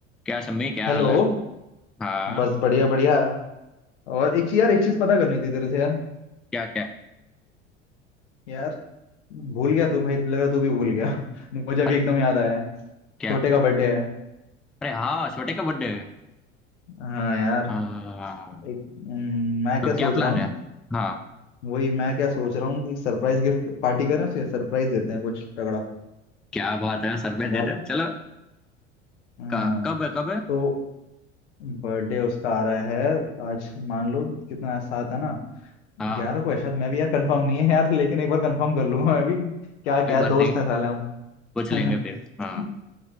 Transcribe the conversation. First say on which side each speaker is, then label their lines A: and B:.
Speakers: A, in the centre; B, on the left (about 70°).
A: क्या सम्मी क्या
B: Hello
A: हाल है हाँ
B: बस बढ़िया बढ़िया और एक चीज यार एक चीज पता करनी थी तेरे से यार
A: क्या क्या
B: यार भूल गया तू भाई लग रहा तू भी भूल गया <laughs> मुझे अभी
A: अरे
B: एकदम याद आया है
A: क्या
B: छोटे का बर्थडे है
A: अरे हाँ छोटे का बर्थडे है
B: हाँ यार
A: हाँ
B: एक हम्म, मैं
A: तो
B: क्या
A: क्या
B: सोच
A: प्लान
B: रहा हूँ
A: है हाँ
B: वही मैं क्या सोच रहा हूँ सरप्राइज गिफ्ट पार्टी करें उसे सरप्राइज देते हैं कुछ तगड़ा
A: क्या बात है सरप्राइज देते
B: यार
A: हैं चलो
B: हाँ
A: क- कब है कब है
B: तो बर्थडे उसका आ रहा है आज मान लो कितना आज सात है ना
A: हाँ
B: ग्यारह को है शायद मैं भी यार कंफर्म नहीं है यार लेकिन एक बार कंफर्म कर लूंगा मैं भी क्या क्या
A: कोई बात
B: दोस्त
A: नहीं
B: हैं साले हम
A: पूछ लेंगे
B: <laughs>
A: फिर हाँ